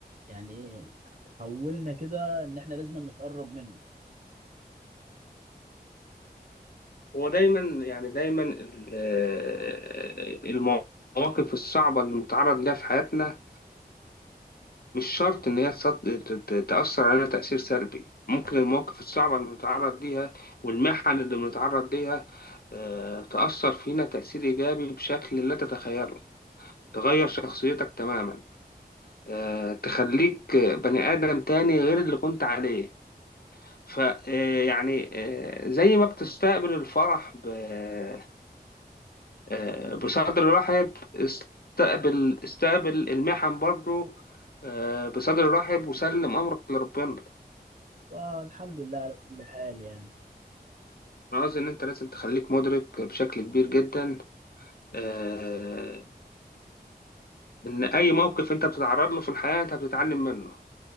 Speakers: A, on the right; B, on the left.
A: يعني ايه حولنا كده ان احنا لازما نتقرب منه
B: هو دايما يعني دايما ال- آه، المواقف الصعبة اللي متعرض لها في حياتنا مش شرط إن هي تصد- ت- ت- تأثر علينا تأثير سلبي ممكن المواقف الصعبة اللي بنتعرض ليها والمحن اللي بنتعرض ليها آه، تأثر فينا تأثير إيجابي بشكل لا تتخيله تغير شخصيتك تماما آه، تخليك بني آدم تاني غير اللي كنت عليه ف آه، يعني آه، زي ما بتستقبل الفرح ب- آه، بصدر رحب استقبل استقبل المحن برضو آه، بصدر رحب وسلم امرك لربنا
A: والحمد لله على كل حال يعني
B: انا قصدي ان انت لازم تخليك مدرك بشكل كبير جدا آه، ان اي موقف انت بتتعرض له في الحياة انت بتتعلم منه